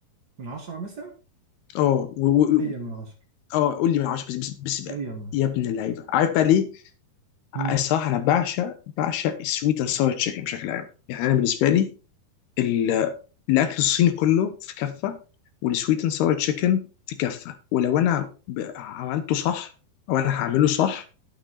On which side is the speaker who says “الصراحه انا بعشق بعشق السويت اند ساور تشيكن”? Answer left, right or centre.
Left